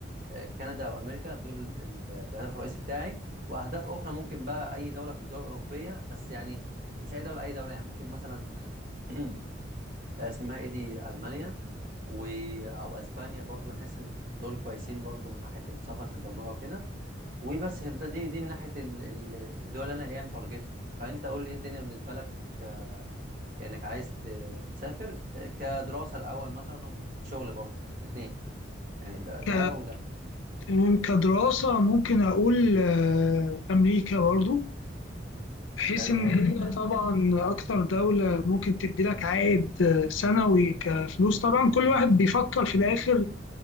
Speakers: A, on the right; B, on the left.
A: آه، كندا وامريكا دول ال- الهدف الرئيسي بتاعي واهداف اخرى ممكن بقى اي دوله في الدول الاوروبيه بس يعني مش اي دوله اي دوله يعني ممكن مثلا آه، <clears throat> اسمها ايه دي المانيا و... او اسبانيا برضو بحس ان دول كويسين برضو من ناحيه السفر في البرمجه وكده وبس ده- دي دي من ناحيه ال- ال- الدول اللي انا ايه متارجتها فانت قول لي ايه الدنيا بالنسبه لك ك- كانك عايز ت- تسافر آه، كدراسه الاول مثلا شغل برضو الاثنين يعني ده ده
B: ك...
A: وده
B: تمام كدراسة ممكن أقول آه، أمريكا برضو بحيث
A: حلو
B: إن
A: قوي
B: هي
A: تمام
B: طبعا أكتر دولة ممكن تدي لك عائد سنوي كفلوس طبعا كل واحد بيفكر في الآخر